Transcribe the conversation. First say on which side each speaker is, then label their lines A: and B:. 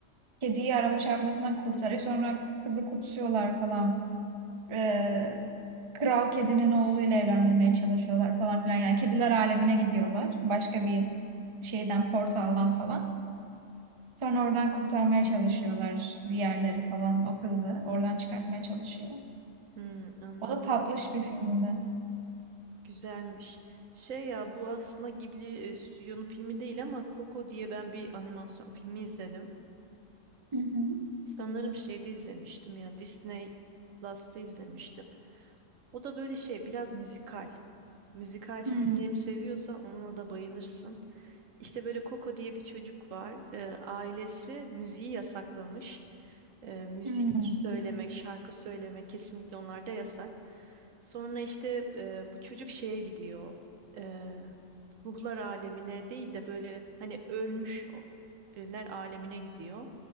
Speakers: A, on the right; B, on the right.
A: Kediyi araba çarpmasından kurtarıyor. Sonra kızı kutsuyorlar falan. Ee, kral kedinin oğluyla evlendirmeye çalışıyorlar falan filan. Yani kediler alemine gidiyorlar. Başka bir şeyden, portaldan falan. Sonra oradan kurtarmaya çalışıyorlar diğerleri falan. O kızı oradan çıkartmaya çalışıyor.
B: Hmm, anladım.
A: O da tatlış bir filmdi.
B: Güzelmiş. Şey ya bu aslında Ghibli e, stüdyonun filmi değil ama Coco diye ben bir animasyon filmi izledim.
A: Hı hı.
B: Sanırım şeyde izlemiştim ya Disney Plus'ta izlemiştim. O da böyle şey biraz müzikal. Müzikal filmleri
A: Hmm.
B: seviyorsan ona da bayılırsın. İşte böyle Coco diye bir çocuk var. Ee, ailesi müziği yasaklamış. Ee, müzik
A: Hmm.
B: söylemek, şarkı söylemek kesinlikle onlarda yasak. Sonra işte e, bu çocuk şeye gidiyor. Ee, ruhlar alemine değil de böyle hani ölmüş o- ölüler alemine gidiyor.